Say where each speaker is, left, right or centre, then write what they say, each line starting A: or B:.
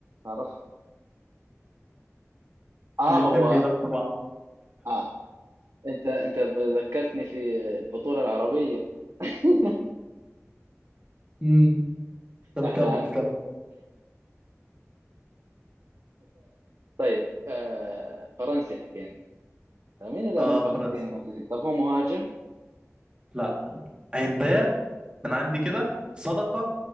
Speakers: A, on the right (about 65°); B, on the right (about 20°).
A: بعرفها اه
B: الاتنين
A: هو
B: بينافسوا بعض
A: اه انت انت ذكرتني في البطولة العربية <laughs>
B: امم طب
A: احنا
B: كمل كمل
A: طيب آه فرنسي حكينا طيب، مين اللاعبين
B: اه
A: الفرنسيين
B: فرنسا
A: المعتزين طب هو مهاجم
B: لا هنتايه من عندي كده صدقة